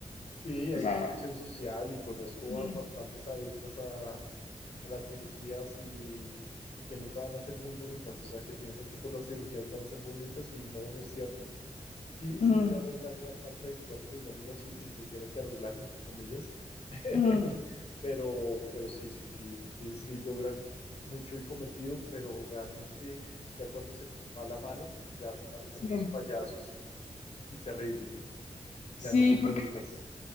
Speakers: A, on the left; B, on the left.
A: Sí, hay
B: o sea,
A: presión social y conozco
B: mm,
A: a bastantes adictas a, a las cirugías y, y que nunca van a ser muy bonitas, o sea, que piensan que por las cirugías van a ser bonitas y no, no es cierto. Sí, sí,
B: mm,
A: se arregla gran parte del cuerpo, digámoslo así, sí se tiene que arreglar, entre comillas, <laughs>
B: mm,
A: El- pero, pero sí, sí, sí, sí, sí logran mucho el cometido, pero realmente ya cuando se les va la mano, ya parecen
B: sí,
A: unos payasos y, y terrible, ya
B: Sí,
A: no son
B: porque
A: bonitas.